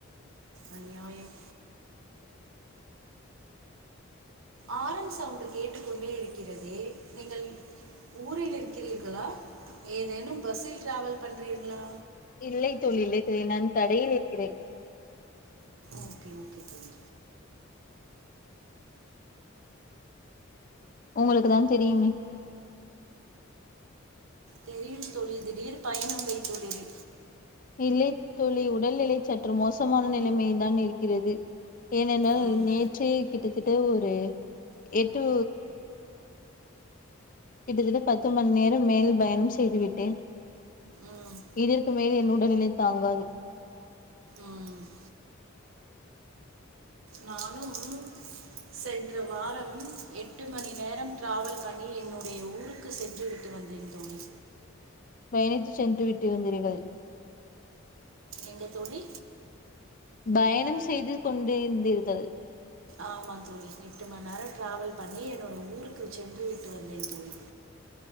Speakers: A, on the right; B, on the left.
A: அநியாயம் ஆரண் சவுண்டு கேட்டுக்கொண்டே இருக்கிறதே நீங்கள் ஊரில் இருக்கிறீர்களா ஏதேனும் பஸ்ஸில் டிராவல் பண்றீங்ளா
B: இல்லை தோழி இல்லை தோழி நான் கடையில் இருக்கிறேன்
A: ஓகே ஓகே தோழி
B: உங்களுக்கு தான் தெரியுமே
A: தெரியும் தோழி திடீர் பயணம் வைத்துள்ளிறே
B: இல்லைத் தோழி உடல்நிலை சற்று மோசமான நிலைமையில் தான் இருக்கிறது ஏனென்றால்
A: ம்
B: நேற்றே கிட்டத்தட்ட ஒரு எட்டு கிட்டத்தட்ட பத்து மண்நேரம் மேல் பயணம் செய்துவிட்டேன்
A: ம்
B: இதற்கு மேல் என் உடல்நிலை தாங்காது
A: ம் நானும் சென்ற வாரம் எட்டு மண்நேரம் ட்ராவல் பண்ணி என்னுடைய ஊருக்கு சென்றுவிட்டு வந்தேன் தோழி
B: பயணித்து சென்று விட்டிருந்தீர்கள்
A: எங்க தோழி
B: பயணம் செய்து கொண்டு இருந்தீர்கள்
A: ஆமா தோழி எட்டு மண்நேரம் டிராவல் பண்ணி என்னோட ஊருக்கு சென்று விட்டு வந்தேன் தோழி